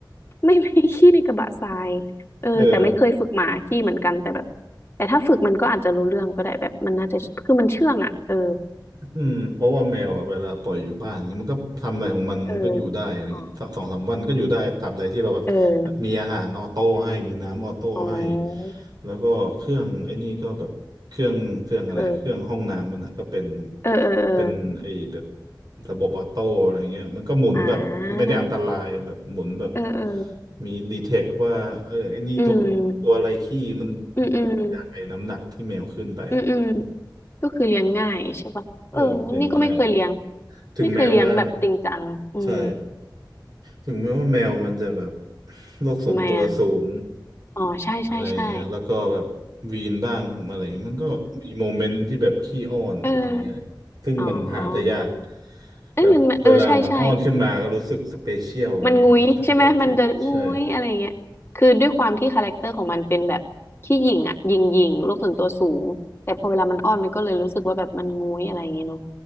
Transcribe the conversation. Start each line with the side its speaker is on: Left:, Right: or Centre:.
Left: ไม่ <laughs> ไม่ขี้ในกระบะทรายเออแต่ไม่เคยฝึกหมาขี้เหมือนกันแต่แบบ
Right: เออ
Left: แต่ถ้าฝึกมันก็อาจจะรู้เรื่องก็ได้แบบมันน่าจะคือมันเชื่องอ่ะเออ
Right: อืมเพราะว่าแมวอะเวลาปล่อยอยู่บ้านเงี้ยมันก็ทำอะไรของมันมันก็อยู่ได้อะไรเงี้ยสสองสามวันก็อยู่ได้ตามใดที่เราแบบ
Left: เอออ๋อเออ
Right: มีอาหารออโต้ให้มีน้ำออโต้ให้
Left: อ๋อ
Right: แล้วก็เครื่องไอ้นี่ก็แบบเครื่องเครื่องอะไรเครื่องห้องน้ำมันอ่ะก็เป็น
Left: เออเออเออเออ
Right: เป็นไอ้แบบระบบออโต้อะไรเงี้ยมันก็หมุนแบบไม่ได้อันตรายแบบหมุนแบบ
Left: อ่าเออเออ
Right: มีดีเทคว่าเออไอ้นี่ตัวตัวอะไรขี้มัน
Left: อืมอืมอืมอื
Right: จากไอ้น้ำหนักที่แมวขึ้นไป
Left: มอืมก็คือเลี้ยงง่ายใช่ปะเออนี่ก็ไม่เคยเลี้ยง
Right: เออเรียนง่าย ถึงแม้ว่า
Left: ไม่เคยเลี้ยงแบบจริงจังอืม
Right: ใช่ถึงแม้ว่าแมวมันจะแบบโลกส่วนตัวสูง
Left: ทำไมอ่ะอ๋อใช่ใช่ใช่
Right: อะไรเงี้ยแล้วก็แบบวีนบ้างอะไรเงี้ยมันก็มีโมเมนต์ที่แบบขี้อ้อนอะไรเงี้ยซึ่งมันหาได้ยาก
Left: เอออ๋อเอ้ยมันมันเออใช่ใช่
Right: แบบเวลามันอ้อนขึ้นมาก็รู้สึกสเปเชียลอะไรเงี้ยเออทำอะไรผิดใช่
Left: มันงุ้ยใช่ไหมมันจะงุ้ยอะไรอย่างเงี้ยคือด้วยความที่คาแรคเตอร์ของมันเป็นแบบขี้หยิ่งอ่ะหยิ่งหยิ่งโลกส่วนตัวสูงแต่พอเวลามันอ้อนมันก็เลยรู้สึกว่าแบบมันงุ้ยอะไรอย่างเงี้ยเนาะ